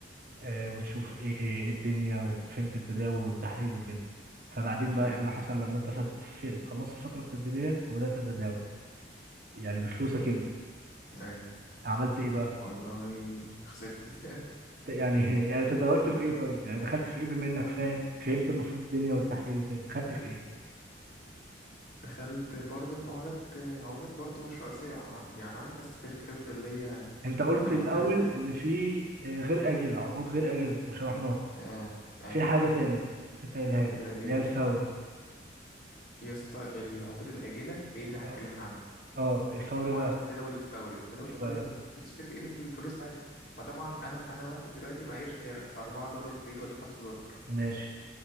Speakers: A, on the right (about 50°); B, on the left (about 55°).
A: آه، وتشوف ايه إيه الدنيا وفهمت التداول والتحليل وكده فبعدين بقى
B: أيوة
A: ايه اللي حصل لما انت ف- في- خلصت الفترة التدريبية وبدأت تتداول يعني بفلوسك انت
B: أيوة
A: عملت ايه بقى
B: والله خسرت <laughs> تاني
A: ت- يعني <laughs> يعني تداولت في ايه طيب يعني دخلت في ايه بما انك فاهم فهمت المفروض الدنيا والتحليل وكده دخلت في ايه
B: دخلت برضه في عملات عملات برضه مش رئيسية ع- يعني عندك يا اسطى في الكريبتو اللي هي
A: انت قلت
B: العملات
A: الاول ان في آه، غير آجلة عقود غير آجلة وشرحناها
B: آه أيوة
A: في حاجة تاني كنت انت قايلها
B: العقود
A: لي
B: الآجلة
A: اللي هي الفوري
B: يا اسطى العقود الآجلة هي دي اللي احنا
A: اه
B: اتكلمنا عنها
A: آه، الفوري
B: وعندك
A: بقى
B: التداول الفوري التداول
A: ايه
B: الفوري
A: بقى
B: إنك بتشتري بقيمة الفلوس عادي فطبعا أنا أنا واحد دلوقتي معيش غير أربعة دولار في إيد ولا خمسة دولار
A: ماشي